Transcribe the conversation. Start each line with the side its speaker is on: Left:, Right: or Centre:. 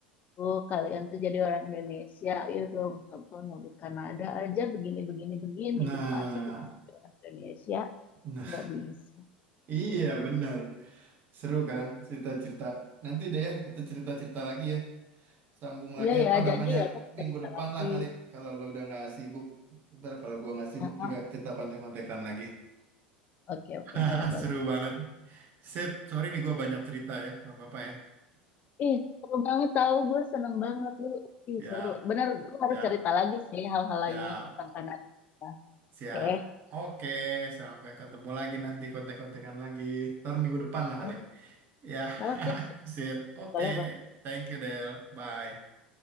Left: Oh, kalian tuh jadi orang Indonesia, yuk tuh contohnya di Kanada aja begini begini begini
Right: Nah,
Left: gitu masa kita sebagai orang Indonesia
Right: nah,
Left: nggak bisa.
Right: iya bener. Seru kan cerita-cerita. Nanti deh ya, kita cerita-cerita lagi ya. Sambung lagi
Left: Iya ya,
Right: apa namanya
Left: jadi ya lo harus
Right: minggu
Left: cerita
Right: depan
Left: lagi.
Right: lah kali. Kalau lu udah nggak sibuk. Ntar kalau gua nggak sibuk
Left: Ah, ah,
Right: juga kita kontek-kontekan lagi. <laughs>
Left: Oke oke
Right: Ah,
Left: boleh boleh.
Right: seru banget. Sip, sorry nih gua banyak cerita ya. Nggak apa-apa ya.
Left: Ih seru banget tahu gue seneng banget lu. Ih
Right: Siap,
Left: seru, bener lu harus
Right: siap,
Left: cerita lagi sih hal-hal lainnya
Right: siap.
Left: tentang Kanada.
Right: Siap.
Left: Oke,
Right: Oke, sampai ketemu lagi nanti kontek-kontekan lagi. Ntar minggu depan lah kali.
Left: oh,
Right: Ya,
Left: oke sih.
Right: sip. Oke,
Left: boleh boleh.
Right: thank you Del. Bye.